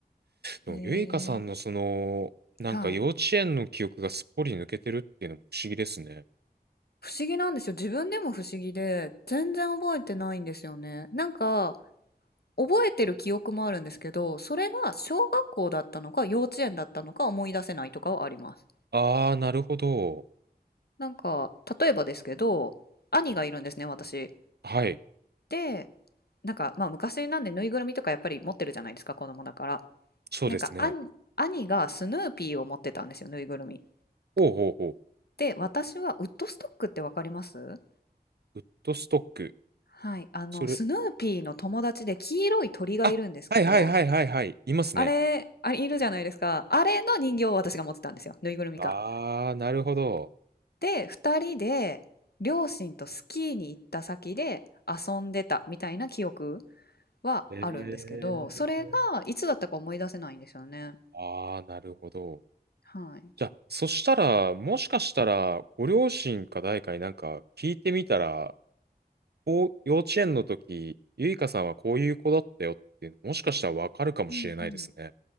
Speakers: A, on the right (about 75°); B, on the left (about 70°).
A: でも、
B: へえ。
A: ゆいかさんのその、なんか幼稚園の記憶がすっぽり抜けてるっていうのも不思議ですね。
B: はい。不思議なんですよ。自分でも不思議で、全然覚えてないんですよね。なんか、覚えてる記憶もあるんですけど、それが小学校だったのか幼稚園だったのか思い出せないとかはあります。
A: あー、なるほど。
B: なんか、例えばですけど、兄がいるんですね、私。
A: はい、
B: で、なんか、まあ昔なんでぬいぐるみとかやっぱり持ってるじゃないですか、子供だから。
A: そうですね。
B: なんか、兄兄がスヌーピーを持ってたんですよ、ぬいぐるみ。
A: ほうほうほ
B: で、私はウッドストックってわかります
A: う。ウッドストック。
B: はい、あの、
A: それ、
B: スヌーピーの友達で黄色い鳥がいるんですけど、
A: あ、はいはいはいはいはい、いますね。
B: あれ、あれいるじゃないですか。あれの人形を私が持ってたんですよ。ぬいぐるみか。
A: あー、なるほど。
B: で、二人で両親とスキーに行った先で遊んでたみたいな記憶はあるんですけど、
A: えー。
B: それがいつだったか思い出せないんですよね。
A: あー、なるほど。
B: はい。
A: じゃあ、そしたら、もしかしたら、ご両親か誰かになんか聞いてみたら、こう、幼稚園の時、ゆいかさんはこういう子だったよっていうの、もしかしたらわかるかもしれないですね。
B: うんうん。